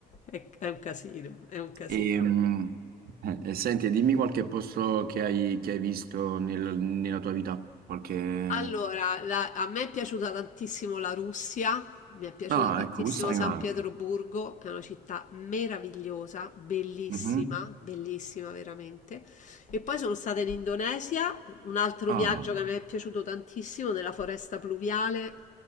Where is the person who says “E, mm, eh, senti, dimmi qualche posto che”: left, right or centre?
Right